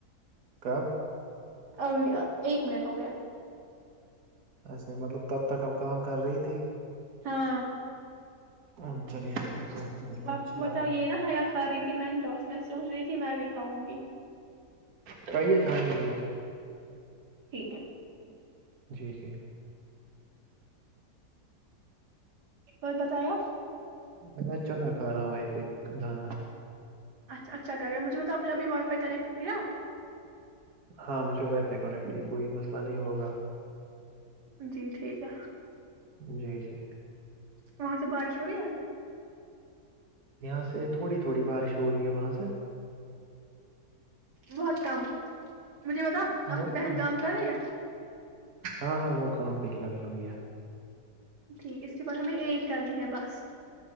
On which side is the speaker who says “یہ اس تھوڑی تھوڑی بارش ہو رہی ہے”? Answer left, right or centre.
Right